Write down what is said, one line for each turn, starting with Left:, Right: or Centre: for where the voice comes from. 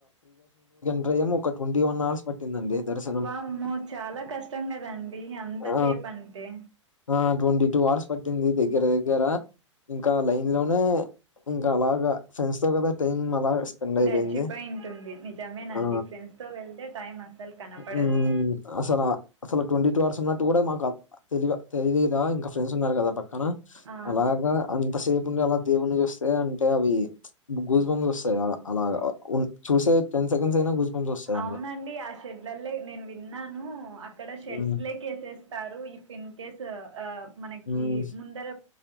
Left: ఆడ ఎం ఒక ట్వంటీ వన్ ఆర్స్ పట్టిందండి దర్శ
Right: వామ్మో చాలా కష్టం కదండి అంతసేపు
Left: ఆ
Right: అంటే
Left: ఆ ట్వంటీ టూ అవర్స్ పట్టింది దగ్గర దగ్గర ఇంకా లైన్ లోనే ఇంకా అలాగా ఫ్రెండ్స్ తో కదా టైమ్ అలా స్పెండ్ అయిపోయింది
Right: గడిచిపోయి ఉంటుంది నిజమేనండి
Left: ఆ
Right: ఫ్రెండ్స్ తో వెళ్తే టైం అస్సలు కనపడదు
Left: మ్మ్ అసలు అసలు ట్వంటీ టూ అవర్స్ ఉన్నట్టు కూడా మాకు తెలి తెలిదా ఇంకా ఫ్రెండ్స్ ఉన్నారు కదా పక్కన
Right: ఆ
Left: అలాగా అంతసేపు ఉండి అలా దేవుని చూస్తే అంటే అవి గూస్ బంప్స్ వస్తాయి అలాగా చూసే టెన్ సెకండ్స్ అయినా గూస్ బంప్స్ వస్తాయండి
Right: అవునండి ఆ షెడ్లల్లో నేను విన్నాను అక్కడ షెడ్స్
Left: మ్మ్
Right: లేకేసేస్ తారు ఇఫ్ ఇన్ కేస్ ఆ మనకి
Left: మ్మ్
Right: ముందర